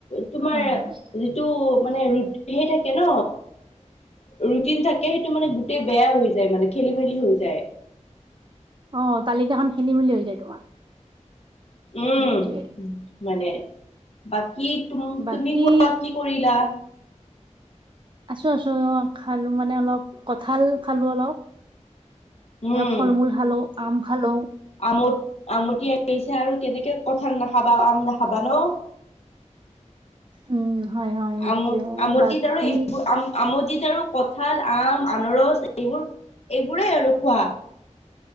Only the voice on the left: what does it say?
তোমাৰ
যিটো মানে ৰুট সেই থাকে ন ৰুটিন থাকে সেইটো মানে গোটেই বেয়া হৈ যায় মানে খেলি মেলি হৈ যায়।
উম
মানে বাক কী তুম -
তুমি কোৱা কি কৰিলা?
উম
আমত - আমতি আহিছে আৰু কেনেকে কঠাল নাখাবা, আম নাখাবা ন?
আমত- আমতিত
আৰু এইবোৰ আম‌- আমতিত আৰু কঠাল, আম, আনৰচ এইবোৰ - এইবোৰেই আৰু খোৱা।